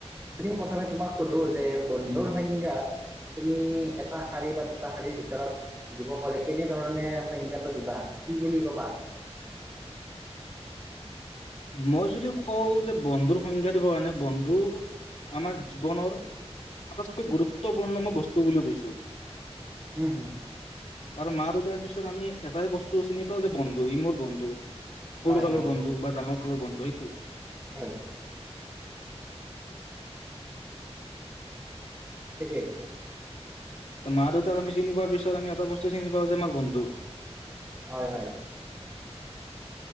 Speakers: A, on the right (about 25°); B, on the left (about 80°).
A: প্ৰথমে, তোমাক সোধো যে, বন্ধুৰ সংজ্ঞা তুমি, এটা শাৰী, বা দুটা শাৰীৰ ভিতৰত দিব ক'লে, কেনেধৰণে সংজ্ঞাটো দিবা, কি বুলি ক'বা?
B: মই যদি কওঁ যে, বন্ধুৰ সংজ্ঞা দিব কাৰণে, বন্ধু আমাৰ জীৱনৰ, আটাইতকৈ গুৰুত্বপূৰ্ণ মই বস্তু বুলি কৈছোঁ।
A: উম, হম।
B: আৰু মা-দেউতাৰ পিছত আমি এটাই বস্তু চিনি পাওঁ যে, বন্ধু, ই মোৰ বন্ধু। সৰু
A: হয়
B: কালৰ
A: হয়
B: বন্ধু বা ডাঙৰ কালৰ বন্ধু, সেইটোৱে।
A: হয়। ঠিকেই।
B: মা-দেউতাক আমি চিনি পোৱাৰ পিছত আমি, এটা বস্তুৱে চিনি পাওঁ যে আমাৰ বন্ধু।
A: হয়, হয়।